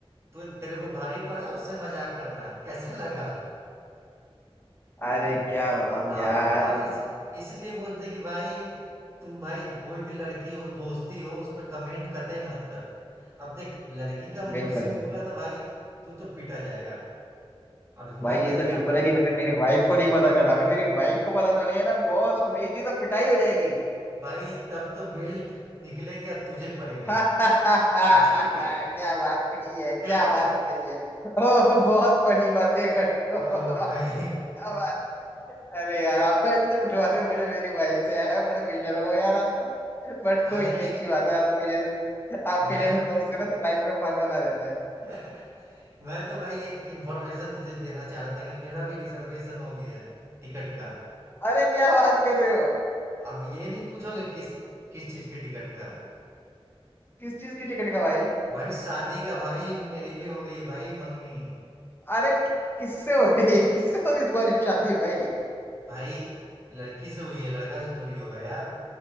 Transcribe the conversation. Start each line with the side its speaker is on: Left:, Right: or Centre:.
Right: तू तेरे को भारी पड़ा उससे मजाक करना कैसा लगा
Left: अरे क्या बताऊं
Right: और
Left: यार
Right: और इस, इसलिए बोलते कि भाई तू भाई कोई भी लड़की हो दोस्ती हो उस पर कमेंट कतई मत कर अब देख लड़की का मूड
Left: बिल्कुल
Right: स्विंग होगा तो भाई तू तो पीटा जाएगा और हुआ
Left: भाई ये
Right: तेरे
Left: तो
Right: साथ
Left: शुक्र है कि मतलब मेरी वाइफ को नहीं पता चला अगर मेरी वाइफ को पता चल गया ना बॉस मेरी तो पिटाई हो जाएगी
Right: भाई तब तो बेल्ट निकलेंगे और तुझे पड़ेंगे
Left: <laughs> क्या
Right: ठीक है
Left: बात कही है क्या
Right: <laughs>
Left: बात कही है <laughs> ओह बहुत फनी बातें करते हो
Right: तो
Left: <laughs> क्या
Right: भाई
Left: बात अरे यार आप बैंड से बिठवा रहे हो मुझे मेरी वाइफ से यार बड़े बेशरम हो यार आप तो बट
Right: हालांकि
Left: कोई नहीं अच्छी बात है आपके जैसे आपके
Right: मैं
Left: जैसे दोस्त है ना तो लाइफ में फन बना रहता है
Right: <laughs> मैं तो भाई एक इंफॉर्मेशन तुझे देना चाह रहा था कि मेरा भी रिजर्वेशन हो गया है टिकट का
Left: अरे क्या बात कर रहे हो
Right: अब ये नहीं पूछोगे किस किस चीज के टिकट का
Left: किस चीज की टिकट का भाई
Right: भाई शादी का भाई मेरी भी हो गई है भाई मंगनी
Left: अरे किससे हो रही है किससे हो रही है तुम्हारी शादी भाई
Right: भाई लड़की से हुई है लड़का से थोड़ी होगा यार